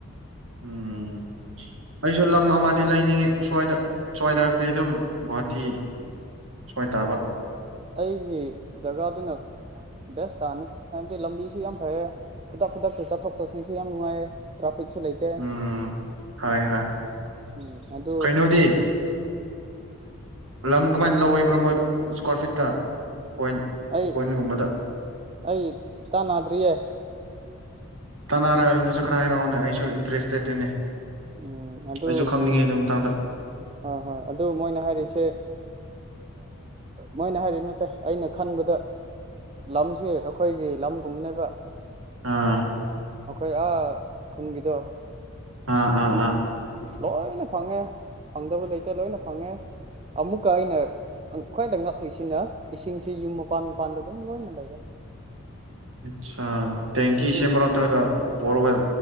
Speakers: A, on the right; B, on the right.
A: ꯎꯝ ꯑꯩꯁꯨ ꯂꯝ ꯑꯃꯗꯤ ꯂꯩꯅꯤꯡꯉꯦ ꯁꯁ꯭ꯋꯥꯏꯗ ꯁꯋꯥꯏ ꯇ ꯍꯥꯏꯕꯗꯤ ꯑꯗꯨꯝ ꯒꯨꯍꯥꯇꯤ ꯁ꯭ꯋꯥꯏ ꯇꯥꯕ
B: ꯑꯩꯒꯤ ꯖꯒꯥꯗꯨꯅ ꯕꯦꯁ ꯇꯥꯅꯤ ꯍꯥꯏꯕꯗꯤ ꯂꯝꯕꯤꯁꯨ ꯌꯥꯝ ꯐꯩꯌꯦ ꯈꯨꯗꯛ ꯈꯨꯗꯛꯀꯤ ꯆꯠꯊꯣꯛ ꯆꯠꯁꯤꯟꯁꯨ ꯌꯥꯝ ꯅꯨꯡꯉꯥꯏꯌꯦ ꯇ꯭ꯔꯥꯐꯤꯛ ꯁ ꯂꯩꯇꯦ
A: ꯎꯝ ꯍꯣꯏ ꯍꯣꯏ
B: ꯎ ꯑꯗꯨ
A: ꯀꯩꯅꯣꯗꯤ ꯂꯝ ꯀꯃꯥꯏꯅ ꯂꯧꯋꯦꯕ꯭ꯔꯣ ꯃꯣꯏ ꯏꯁꯀ꯭ꯋꯥꯔ ꯐꯤꯠꯇ ꯄꯣꯏꯟ
B: ꯑꯩ
A: ꯄꯣꯏꯟꯒꯨꯝꯕꯗ
B: ꯑꯩ ꯇꯅꯗ꯭ꯔꯤꯌꯦꯦ
A: ꯇꯅꯔꯒ ꯑꯩꯉꯣꯟꯗꯁꯨ ꯈꯔ ꯍꯥꯏꯔꯛꯑꯣꯅꯦ ꯑꯩꯁꯨ ꯏꯟꯇꯔꯦꯁꯇꯦꯠꯅꯤꯅꯦ
B: ꯎꯝ ꯑꯗꯨ
A: ꯑꯩꯁꯨ ꯈꯪꯅꯤꯡꯉꯤ ꯑꯗꯨ ꯃꯇꯥꯡꯗ
B: ꯍꯣꯏ ꯍꯣꯏ ꯑꯗꯨ ꯃꯣꯏꯅ ꯍꯥꯏꯔꯤꯁꯦ ꯃꯣꯏꯅ ꯍꯥꯏꯔꯤꯕ ꯅ ꯇꯥꯏ ꯑꯩꯅ ꯈꯟꯕꯗ ꯂꯝꯁꯤ ꯑꯩꯈꯣꯏꯒꯤ ꯂꯝꯒꯨꯝꯅꯦꯕ
A: ꯑꯥ
B: ꯑꯩꯈꯣꯏ ꯑꯥ ꯈꯨꯟꯒꯤꯗꯣ
A: ꯑꯥ ꯑꯥ ꯑꯥ
B: ꯂꯣꯏꯅ ꯐꯪꯉꯦ ꯐꯪꯗꯕ ꯂꯩꯇ ꯂꯣꯏꯅ ꯐꯪꯉꯦ ꯑꯃꯨꯛꯀ ꯑꯩꯅ ꯈ꯭ꯋꯥꯏꯗ ꯉꯛꯂꯤꯁꯤꯅ ꯏꯁꯤꯡꯁꯤ ꯌ ꯃꯄꯥꯟ ꯃꯄꯥꯟꯗ ꯑꯗꯨꯝ ꯂꯅ ꯂꯩꯔꯦ
A: ꯑꯆꯥ ꯇꯦꯡꯀꯤ
B: ꯏꯁꯤꯡꯁꯨ
A: ꯁꯦꯝꯕ꯭ꯔ ꯅꯠꯇ꯭ꯔꯒ ꯕꯣꯔ ꯋꯦꯜ